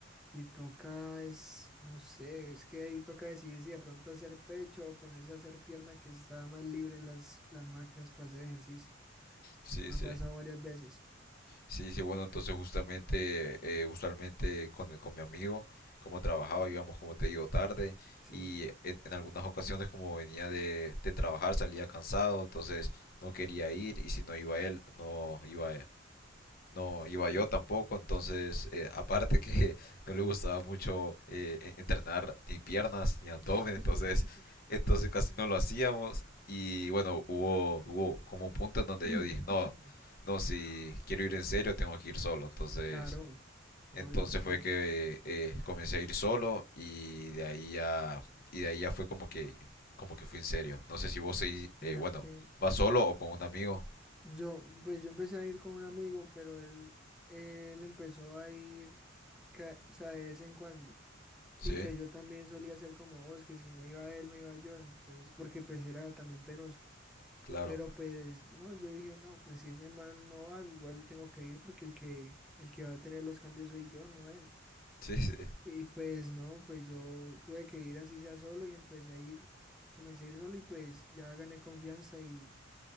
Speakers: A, in the centre; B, on the left.
A: y toca, es, no sé, es que ahí toca decidir si de pronto hacer pecho o ponerse a hacer pierna, que está más libre las, las máquinas para hacer ejercicio.
B: Sí,
A: Me
B: sí.
A: ha pasado varias veces.
B: Sí, sí, bueno, entonces justamente, eh, usualmente con, el- con mi amigo, como trabajaba, íbamos, como te digo, tarde
A: Sí,
B: y en, en algunas ocasiones como venía de, de trabajar salía cansado, entonces no quería ir y si no iba él, no iba, no
A: sí.
B: iba yo tampoco, entonces eh, aparte que <laughs> no le gustaba mucho eh, e, entrenar ni piernas ni abdomen,
A: <clears throat>
B: entonces, <laughs> entonces casi no lo hacíamos y bueno, hubo, hubo como un punto en donde
A: <laughs>
B: yo dije, no, no, si quiero ir en serio tengo que ir solo, entonces,
A: Claro, obvio.
B: entonces fue que eh, comencé a ir solo y de ahí ya, y de ahí ya fue como que, como que fui en serio, no sé si vos seguís, eh,
A: Mira
B: bueno,
A: que
B: vas solo o con un amigo,
A: yo, pues yo empecé a ir con un amigo, pero él, él empezó a ir, ca- o sea, de vez en cuando.
B: sí,
A: Y pues yo también solía ser como vos, que si no iba él, no iba yo, entonces, porque pues era también penoso.
B: claro,
A: Pero pues, no, yo dije, no, pues si ese man no va, igual tengo que ir porque el que, el que va a tener los cambios soy yo, no él.
B: sí, sí.
A: Y pues no, pues yo tuve que ir así sea solo y empecé a ir, comencé a ir solo y pues ya gané confianza y,